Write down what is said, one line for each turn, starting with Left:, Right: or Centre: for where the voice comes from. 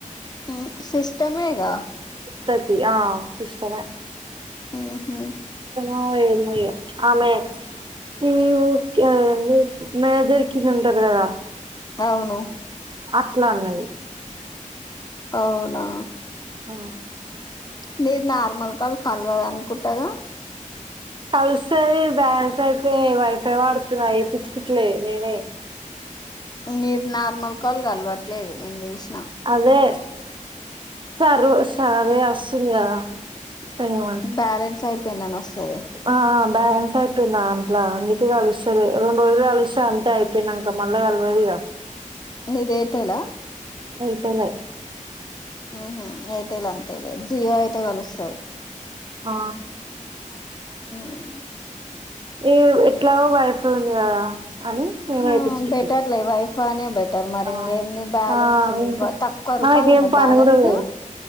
Left: ఉ సిస్టమ్ ఇగా
Right: తతి ఆ సిష్టమే
Left: ఆహా
Right: ఆ ఏమో ఇగ ఆమె తిని ఉక్ అది ఏంది మే దొరికింది ఉంటారు కదా
Left: అవును
Right: అట్లా అన్నది
Left: అవునా
Right: ఆ
Left: నీరు నార్మల్ కాల్ కలవదు అనుకుంటాగా
Right: కలుస్తాది బ్యాలెన్సు అయిపోయి వైఫై వాడుతున్నా వేపించుకుట్లే నినే
Left: మీరు నార్మల్ కాల్ కాలువట్లేదు నేను చూసినా
Right: అదే సరు సరే వస్తుంది కదా ఏమన్
Left: బ్యాలెన్స్ అయిపోయిందని వస్తది
Right: ఆ బ్యాలెన్స్ అయిపోయిందాంట్ల అందుకే కలుస్తలె. రొండు రోజులు కలిస్తే అంతే అయిపోయినంక. మళ్ళ కల్వదిగ.
Left: నీది ఎయిర్టెల్ ఆ
Right: ఎయిర్టెలె.
Left: మ్హు ఎయిర్టెల్ అంతే లే. జియో అయితే కలుస్తది.
Right: ఆ
Left: మ్
Right: ఏ ఎట్లాగో వైఫై ఉంది కదా! అని నేను
Left: ఆ
Right: ఏపిచ్చికింటి.
Left: బెటర్లే వైఫైనే బెటర్ మరి
Right: అ
Left: ఇంకేంది బ్యాలెన్స్
Right: ఆ ఇంక
Left: తక్కువ రూపాయలు
Right: నాకేం
Left: ఉన్నది
Right: పని
Left: బ్యాలెన్స్
Right: కూడా లేదు.